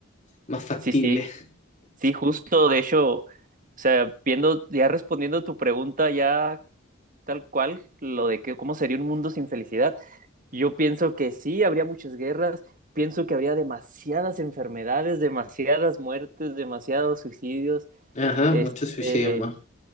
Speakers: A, on the left; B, on the right.
A: más factible.
B: sí, sí, sí, justo, de hecho, o sea, viendo, ya respondiendo a tu pregunta, ya tal cual, lo de que, cómo sería un mundo sin felicidad, yo pienso que sí, habría muchas guerras, pienso que habría demasiadas enfermedades, demasiadas muertes, demasiados suicidios,
A: Ajá,
B: este
A: muchos suicidios más.